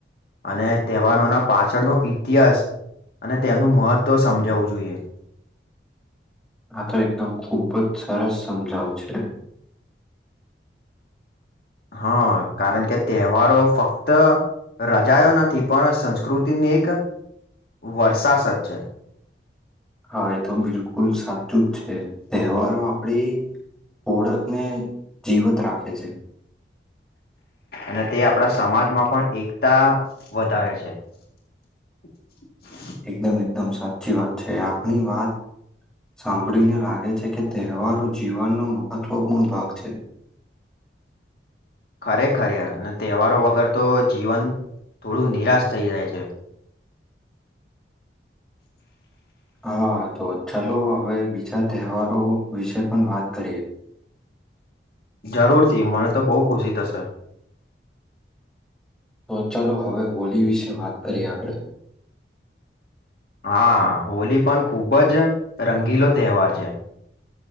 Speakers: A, on the left; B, in the centre.
A: અને તહેવારોના પાછળનો ઇતિહાસ અને તેનું મહત્ત્વ સમજાવવું જોઈએ.
B: આ તો એકદમ ખૂબ જ સરસ સમજાવ છે
A: હા કારણ કે તહેવારો ફક્ત રજયો નથી પણ સંસ્કૃતિની એક વર્ષાસત છે
B: હા તો બિલકુલ સાચું જ છે તહેવારો આપડી ઓળખને જીવત રાખે છે
A: અને તે આપણા સમાજમાં પણ એકતા વધારે છે <unintelligible>
B: એકદમ એકદમ સાચી વાત છે આપ ની વાત સાંભળીને લાગે છે કે તહેવારો જીવનનો મહત્વપૂર્ણ ભાગ છે <unintelligible>
A: ખરેખર યાર અને તહેવારો વગર તો જીવન થોડું નિરાશ થઈ જાય છે
B: હા તો ચલો હવે બીજા તહેવારો વિશે પણ વાત કરીએ
A: જરૂરથી મને તો બહુ ખુશી થશે
B: તો ચાલો હવે હોલી વિશે વાત કરી આપણે
A: હા હોલી પણ ખૂબ જ રંગીલો તહેવાર છે